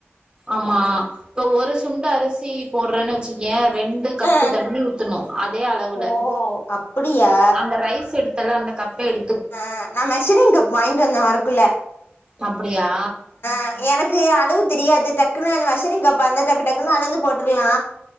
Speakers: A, on the right; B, on the left.
A: ஆமா இப்ப ஒரு சுண்ட அரிசி போட்றன்னு வச்சுக்குயே ரெண்டு கப்பு
B: அ
A: தண்ணி ஊத்துணு அதே அளவுல
B: ஓ அப்டியா
A: அந்த ரைஸ் எடுத்தல அந்த கப் எடு
B: ஆ நா மெஷரிங் கப் வாங்கிட்டு வந்த வரக்குள்ள
A: அப்படியா
B: அஹ், எனக்கு அளவு தெரியாது டக்குன்னு அந்த மெஷரிங் கப்பா இருந்தா டக்கு டக்குன்னு அளந்து போட்ருலா